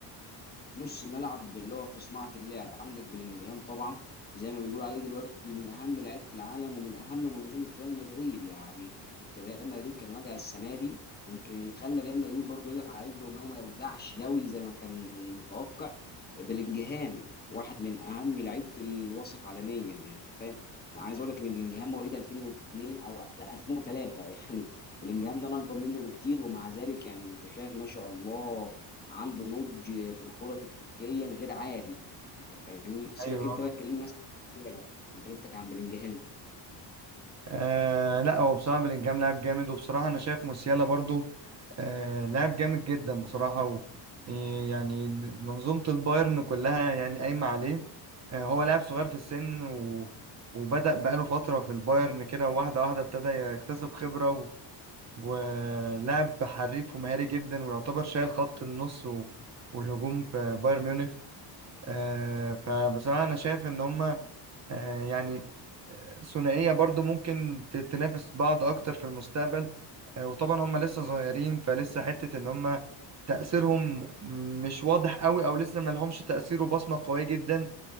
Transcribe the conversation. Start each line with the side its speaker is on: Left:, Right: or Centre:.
Left: نص ملعب اللي هو في صناعة اللعب عندك بلينجهام طبعا زي ما بيقولوا عليه دلوقتي من أهم لعيبة العالم ومن أهم منظومة ريال مدريد يعني يمكن ريال مدريد كان واجع السنة دي ويمكن اللي خلى ريال مدريد برضه يقف على رجله إن هو ما يوجعش قوي زي ما كان متوقع بلينجهام واحد من أهم لعيبة الوسط عالميا يعني أنت فاهم أنا عايز أقول لك إن بلينجهام مواليد 2002 أو لا 2003 <laughs> يعني بلينجهام ده أنا أكبر منه بكتير ومع ذلك يعني أنت شايف ما شاء الله عنده نضج في الكرة تكتيكيا غير عادي انت فاهمني سيبك
Right: ايوه
Left: انت
Right: آه.
Left: بقى تكلمني مثلا عن ديبالا. انا كلمتك عن بلينجهام
Right: آه لا هو بصراحة بلينجهام لاعب جامد وبصراحة أنا شايف موسيالا برضو آه لاعب جامد جدا بصراحة و آه، يعني منظومة البايرن كلها يعني قايمة عليه آه هو لاعب صغير في السن و وبدأ بقاله فترة في البايرن كده واحدة واحدة ابتدى يكتسب خبرة و... ولاعب حريف ومهاري جدا ويعتبر شايل خط النص و... والهجوم في بايرن ميونخ آه فبصراحة أنا شايف إن هما آه، يعني آه، ثنائية برضو ممكن ت- تنافس بعض أكتر في المستقبل آه، وطبعا هم لسه صغيرين فلسه حتة إن هم تأثيرهم مش واضح قوي أو لسه ما لهمش تأثير وبصمة قوية جدا